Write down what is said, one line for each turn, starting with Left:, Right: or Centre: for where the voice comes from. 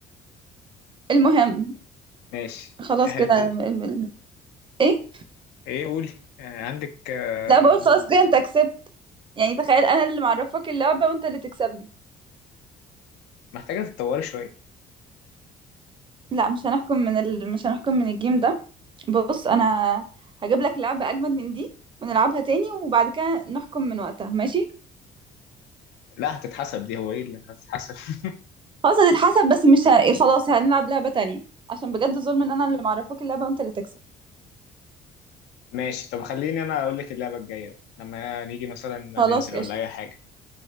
Right: المهم
Left: <laughs> ماشي
Right: خلاص
Left: هاتي
Right: كده الم- الم- ايه
Left: ايه قولي آه، عندك آه،
Right: لا بقول خلاص كده انت كسبت يعني تخيل انا اللي معرفك اللعبه وانت اللي تكسبني
Left: محتاجة تتطوري شوية
Right: لا مش هنحكم من ال... مش هنحكم من الجيم ده بص انا هجيب لك لعبه اجمد من دي ونلعبها تاني وبعد كده نحكم من وقتها ماشي
Left: لا هتتحسب دي هو ايه اللي هتتحسب <laughs>
Right: خلاص هتتحسب بس مش ه... خلاص هنلعب لعبة تانية عشان بجد ظلم ان انا اللي معرفاك اللعبة وانت اللي تكسب
Left: ماشي طب خليني انا اقول لك اللعبة الجاية بقى لما نيجي مثلا ننزل
Right: خلاص قشطة
Left: ولا اي حاجة